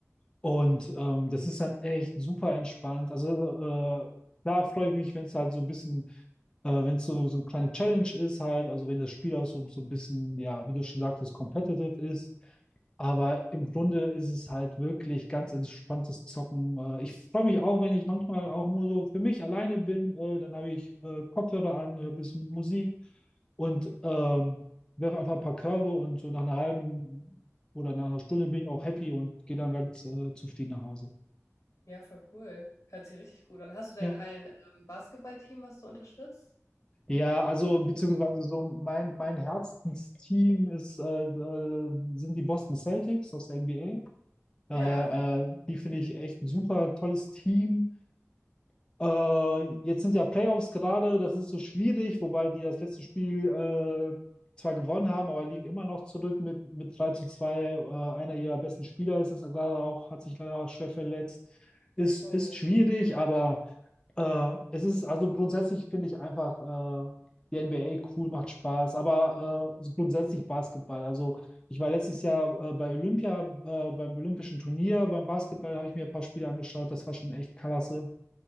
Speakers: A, on the left; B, on the left.
A: und ähm, das ist dann echt super entspannt. Also äh, da freue ich mich, wenn es halt so ein bisschen, äh, wenn es so, so eine kleine Challenge ist halt, also wenn das Spiel auch so, so ein bisschen, ja, wie du schon sagtest, competitive ist Aber im Grunde ist es halt wirklich ganz entspanntes Zocken. Äh, Ich freue mich auch, wenn ich manchmal auch nur so für mich alleine bin. äh, Dann habe ich äh, Kopfhörer an, höre ein bisschen Musik und ähm, werfe einfach ein paar Körbe und so nach einer halben oder nach einer Stunde bin ich auch happy und gehe dann ganz äh, zufrieden nach Hause.
B: Ja, voll cool. Hört sich richtig gut an. Hast du denn
A: Ja.
B: ein ähm, Basketballteam, was du unterstützt?
A: Ja, also beziehungsweise so mein, mein Herzensteam ist, äh, äh, sind die Boston Celtics aus der NBA. Daher,
B: Ja,
A: äh, die finde ich echt ein super tolles Team. Äh, jetzt sind ja Playoffs gerade, das ist so schwierig, wobei die das letzte Spiel äh, zwar gewonnen haben, aber liegen immer noch zurück mit, mit 3 zu 2. Äh, einer ihrer besten Spieler ist es gerade auch, hat sich leider schwer verletzt. Ist,
B: Oh,
A: ist schwierig, aber äh, es ist, also grundsätzlich finde ich einfach äh, die NBA cool, macht Spaß, aber äh, grundsätzlich Basketball. Also ich war letztes Jahr äh, bei Olympia, äh, beim Olympischen Turnier, beim Basketball habe ich mir ein paar Spiele angeschaut, das war schon echt klasse.